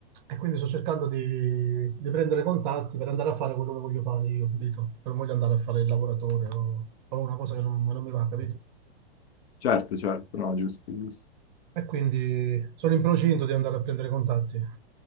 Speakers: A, on the right (about 50°); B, on the left (about 80°).
A: E quindi sto cercando di, di prendere contatti per andare a fare quello che voglio fare io, capito? Che Non voglio andare a fare il lavoratore o, o una cosa che non, non mi va, capito?
B: certo, certo, no, giusto, giusto.
A: E quindi sono in procinto di andare a prendere contatti.